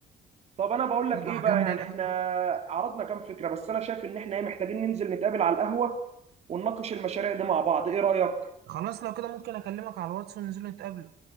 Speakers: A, on the right; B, on the right.
A: طب انا بقول لك ايه
B: واحجام
A: بقى يعني
B: للقهوه
A: احنا عرضنا كام فكره بس انا شايف ان احنا إيه، محتاجين ننزل نتقابل على القهوه ونناقش المشاريع دي مع بعض ايه رايك
B: خلاص لو كده ممكن اكلمك على الواتس وننزل نتقابل